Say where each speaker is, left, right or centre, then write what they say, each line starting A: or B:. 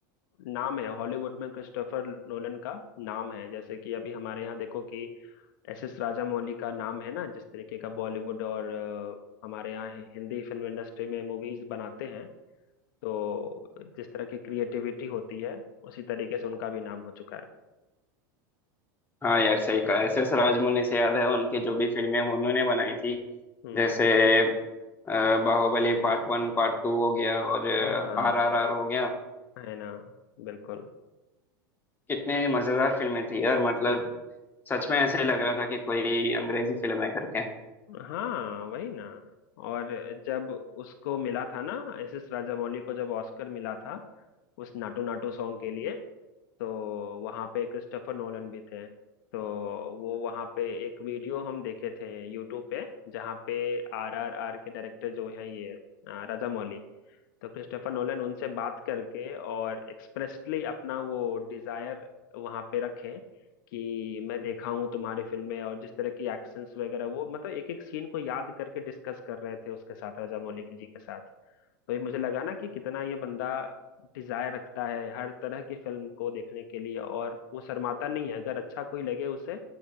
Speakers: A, on the left; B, on the left.
A: नाम है हॉलीवुड में क्रिस्टोफर नोलन का नाम है जैसे कि अभी हमारे यहाँ देखो कि एस एस राजामौली का नाम है ना जिस तरीके का बॉलीवुड और अ, हमारे यहाँ हिंदी फिल्म इंडस्ट्री में मूवीज बनाते हैं तो जिस तरह की क्रिएटिविटी होती है उसी तरीके से उनका भी नाम हो चुका है
B: हाँ यार सही कहा एस एस राजमौली से याद है उनकी जो भी फिल्में उन्होंने बनाई थी
A: हम्म
B: जैसे अ, बाहुबली पार्ट वन पार्ट टू हो गया और
A: हाँ
B: आर आर आर हो गया
A: है ना बिल्कुल
B: कितने मजेदार फिल्में थी यार मतलब सच में ऐसे लग रहा था कि कोई अंग्रेजी फिल्म है करके
A: हाँ वही ना और जब उसको मिला था ना एस एस राजामौली को जब ऑस्कर मिला था उस नाटू नाटू सॉन्ग के लिए तो वहां पे क्रिस्टोफर नोलन भी थे तो वो वहां पे एक वीडियो हम देखे थे यूट्यूब पे जहाँ पे आर आर आर के डायरेक्टर जो हैं ये अ, राजामौली तो क्रिस्टोफर नोलन उनसे बात करके और एक्सप्रेसली अपना वो डिजायर वहां पे रखें कि मैं देखा हूँ तुम्हारी फिल्में और जिस तरह की एक्शंस वगैरह वो मतलब एक एक सीन को याद करके डिस्कस कर रहे थे उसके साथ रजा मौलिक जी के साथ तो ये मुझे लगा ना कि कितना ये बंदा डिजायर रखता है हर तरह की फिल्म को देखने के लिए और वो शर्माता नहीं है अगर अच्छा कोई लगे उसे